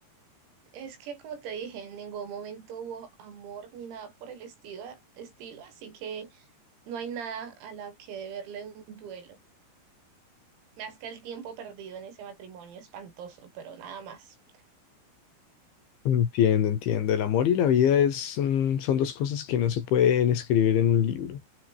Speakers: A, on the right; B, on the left.
A: Es que, como te dije, en ningún momento hubo amor ni nada por el estilo, estilo, así que no hay nada a la que deberle un duelo. Más que el tiempo perdido en ese matrimonio espantoso, pero nada más.
B: Entiendo, entiendo. El amor y la vida es un- son dos cosas que no se pueden escribir en un libro.